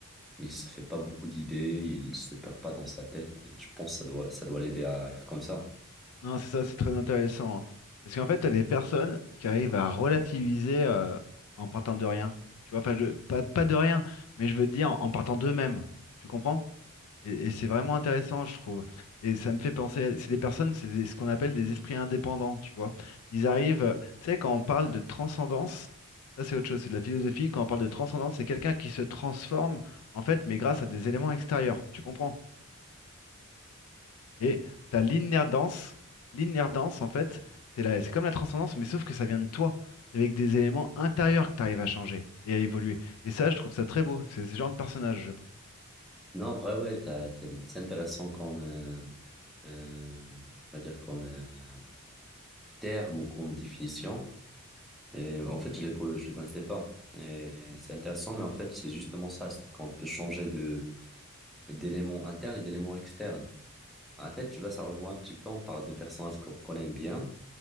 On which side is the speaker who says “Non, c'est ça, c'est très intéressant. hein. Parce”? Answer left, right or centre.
Left